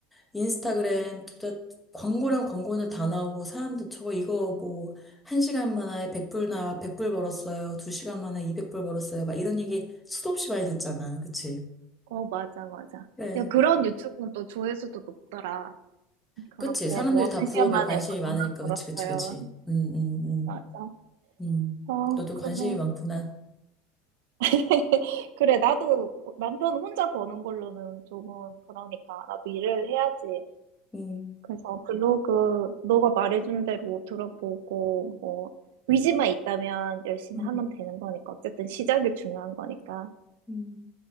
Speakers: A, in the centre; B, on the right (about 85°).
A: 인스타그램, 둘다 광고랑 광고는 다 나오고, 사람들 저거 이거 뭐, 한 시간 만에 100불 나, 백 불 벌었어요. 두 시간 만에 200불 벌었어요. 막 이런 얘기 수도 없이 많이 듣잖아. 그치?
B: 어, 맞아, 맞아.
A: 그래.
B: 야, 그런 유튜브는 또 조회수도 높더라. 그렇게
A: 그치? 사람들이
B: 뭐,
A: 다
B: 한
A: 부업에
B: 시간 만에
A: 관심이
B: 얼마
A: 많으니까.
B: 벌었어요.
A: 그치, 그치, 그치. 음, 음,
B: 맞아.
A: 음. 음,
B: 어,
A: 너도
B: 그래.
A: 관심이 많구나.
B: <laughs> 그래, 나도 남편 혼자 버는 걸로는 조금 그러니까 나도 일을 해야지.
A: 음,
B: 그래서 블로그 너가 말해준 대로 들어보고 뭐 의지만 있다면 열심히
A: 음,
B: 하면 되는 거니까 어쨌든 시작이 중요한 거니까
A: 음,